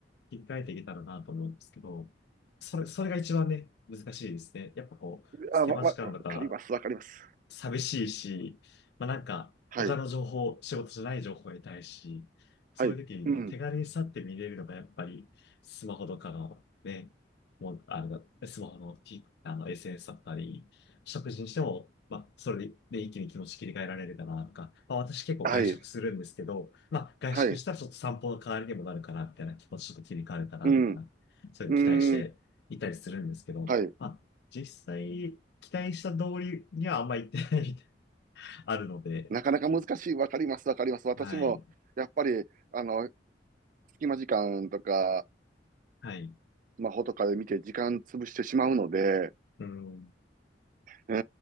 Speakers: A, on the left; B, on the right.
A: 切り替えていけたらなと思うんですけど、それ、それが一番ね、難しいですね。やっぱこう、隙間時間とか、
B: あ、わ、わ、わかります、わかります。
A: 寂しいし、まあなんか、
B: はい、
A: 他の情報、仕事じゃない情報を得たいし、
B: はい、
A: そういう時に手軽にさって見れるのがやっぱり、
B: うん、
A: スマホとかのね、もう、あの、スマホの、T- あの、SNS だったり、食事にしても、まあ、それでで一気に気持ち切り替えられるかなとか、まあ私結構外食するんですけど、
B: はい、
A: まあ外食したらちょっと散歩の代わりにもなるかな、
B: はい、
A: みたいな気持ちちょっと切り替わるかな、
B: うん、
A: みたいな、そういうの期待していたりするんですけど、
B: うん、はい。
A: まあ実際、期待した通りにはあんまり行ってないみたいな、<laughs> あるので、
B: なかなか難しい、わかります、わかります。私も、
A: はい、
B: やっぱり、あの、隙間時間とか、
A: はい。
B: スマホとかで見て時間潰してしまうので、
A: うん。
B: う